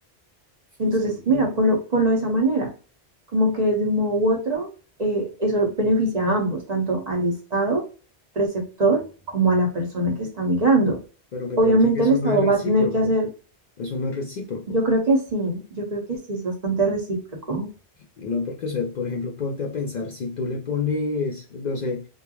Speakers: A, on the right; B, on the left.
A: Entonces,
B: sí,
A: mira, ponlo, ponlo de esa manera, como que de un modo u otro, eh, eso beneficia a ambos, tanto al Estado receptor como a la persona que está migrando.
B: pero me
A: Obviamente
B: parece que eso
A: el Estado
B: <laughs> no es recíproco,
A: va a tener que hacer,
B: eso no es recíproco.
A: yo creo que sí, yo creo que sí es bastante recíproco.
B: No, porque, o sea, por ejemplo, ponte a pensar, si tú le pones, no sé,